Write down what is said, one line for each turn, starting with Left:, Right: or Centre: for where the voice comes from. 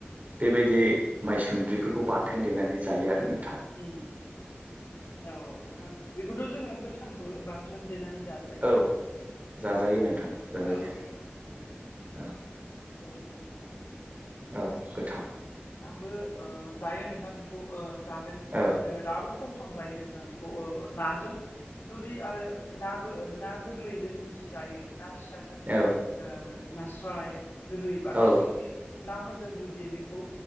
Right: बेबायदि माइसुन्द्रिफोरखौ बाथोन देनानै जायो आरो नों
Left: उम औ नोंथां बेखौथ' जोङो गोथांबो बाथोन देनानै जाजायो
Right: औ जाजायो
Left: औ
Right: नोंथां जाजायो
Left: औ
Right: औ
Left: जोबोद गोथाव
Right: औ गोथाव
Left: आंबो ओ जायो नोंथां बेखौ ओ जादों
Right: औ
Left: दाबो सम सम जायो नों <unintelligible> खौ नाजों जुदि ना गो-गोरलैजों जुदि जायो ना फिसाजों ओ
Right: औ
Left: नास्राय, गोरै बा
Right: औ
Left: फिथिख्रि नाफोरजों जुदि बे खौ